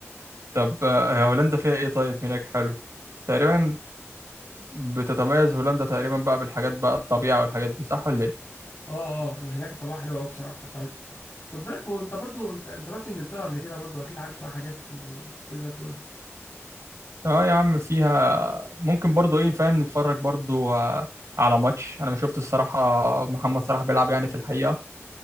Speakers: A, on the right (about 85°); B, on the left (about 55°).
A: طب آه، هي هولندا فيها ايه طيب هناك حلو تقريبا بتتميز هولندا تقريبا بقى بالحاجات بقى الطبيعه والحاجات دي صح ولا ايه
B: اه اه هناك الطبيعه حلوه قوي بصراحه بتاعتها خد بالك وانت برضو انت انت رحت انجلترا قبل كده برضو اكيد عارف فيها حاجات لو كده تقولها
A: اه يا عم فيها ممكن برضو ايه فاهم نتفرج برضو آه، على ماتش انا ما شفت الصراحه محمد صلاح بيلعب يعني في الحقيقه